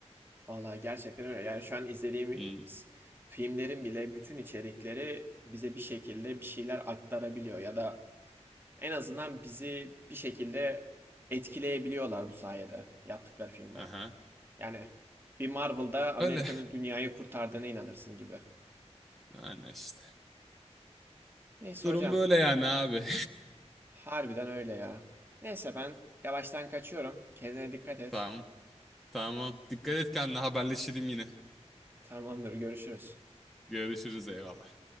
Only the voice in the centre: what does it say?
Hmm,
aha.
Öyle.
Yani işte.
Durum
böyle yani abi.
<laughs>
Tamam. Tamam. Dikkat et kendine haberleşelim yine.
Görüşürüz eyvallah.